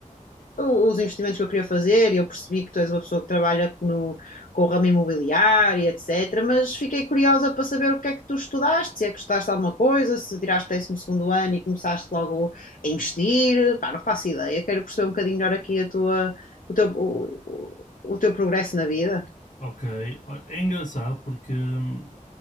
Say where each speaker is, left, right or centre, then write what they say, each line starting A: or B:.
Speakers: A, on the left (about 80°); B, on the left (about 65°).
A: o- os investimentos que eu queria fazer e eu percebi que tu és uma pessoa que trabalha no, com o ramo imobiliário, e etc. Mas fiquei curiosa para saber o que é que tu estudaste, se é que estudaste alguma coisa, se tiraste 12 segundo ano e começaste logo a investir. Pá, não faço ideia. Quero perceber um bocadinho melhor aqui a tua, o teu, o, o- o teu progresso na vida.
B: Ok, Olha, é engraçado porque hum,